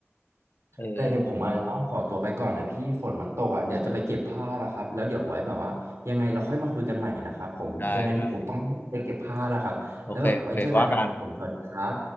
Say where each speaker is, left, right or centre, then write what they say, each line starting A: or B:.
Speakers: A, on the left; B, on the right.
A: เออ
B: แต่เดี๋ยวผมอาจจะต้องขอตัวไปก่อนนะพี่ฝนมันตกอ่ะเดี๋ยวจะไปเก็บผ้าแล้วครับแล้วเดี๋ยวไว้แบบว่ายังไงเราค่อยมาคุยกันใหม่นะครับผมยังไงเดี๋ยวผมต้องไปเก็บผ้าแล้วครับแล้วแบบไว้เจอกันนะครับผมสวัสดีครับ
A: ได้ได้โอเคโอเคว่ากัน